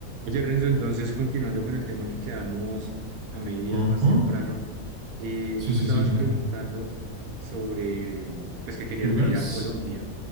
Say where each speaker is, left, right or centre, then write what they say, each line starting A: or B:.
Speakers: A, on the right; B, on the right.
A: Oye, Renzo, entonces continuando con el tema que quedamos a medias
B: Ajá.
A: más temprano, eh,
B: Sí,
A: tú
B: sí,
A: me estabas
B: sí, continúa.
A: preguntando sobre, pues que querías
B: ¿Lugares?
A: venir a Colombia.